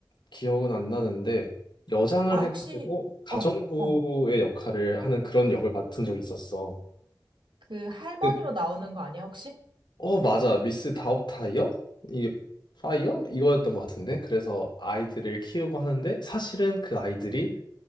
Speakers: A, on the left (about 70°); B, on the right (about 85°).
A: 기억은 안 나는데 여장을
B: 아, 혹시,
A: 해가지고 가정부의
B: 어, 어.
A: 역할을 하는 그런 역을 맡은 적이 있었어.
B: 그 할머니로
A: 그-
B: 나오는 거 아니야, 혹시?
A: 어, 맞아. 미스 다업타이어? 이게 파이어? 이거였던 것 같은데. 그래서 아이들을 키우고 하는데 사실은 그 아이들이